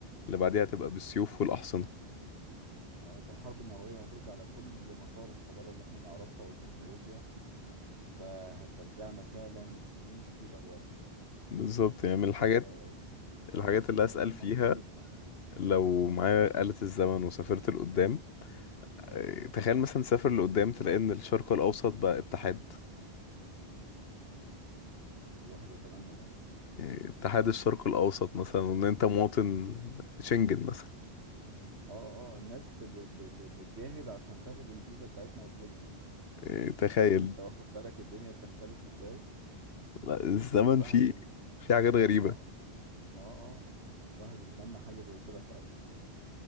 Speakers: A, on the left; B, on the right.
A: اللي بعديها هتبقى بالسيوف والأحصنة
B: ما هو انت الحرب النوويه هتقضي على كل مسار الحضاره اللي احنا نعرفها والتكنولوجيا فهترجعنا فعلا سنين كتيره لورا
A: بالظبط يعني من
B: فده
A: الحاجات
B: اه
A: الحاجات اللي أسأل
B: ده شيء
A: فيها
B: منطقي جدا
A: لو معايا آلة الزمن وسافرت لقدام آه، تخيل مثلا سافر لقدام تلاقي إن الشرق الأوسط بقى اتحاد
B: الواحد يتمنى ده
A: يعني اتحاد الشرق الأوسط مثلا وإن أنت مواطن شنجن مثلا
B: اه اه الناس ب... ب... ب- بتجاهد عشان تاخد الفيزا بتاعتنا وتجيلنا
A: آه، تخيل
B: <laughs> انت واخد بالك الدنيا تختلف ازاي
A: لا، الزمن
B: الواحد
A: فيه في حاجات غريبة
B: اه اه اه الواحد يتمنى حاجه زي كده فعلا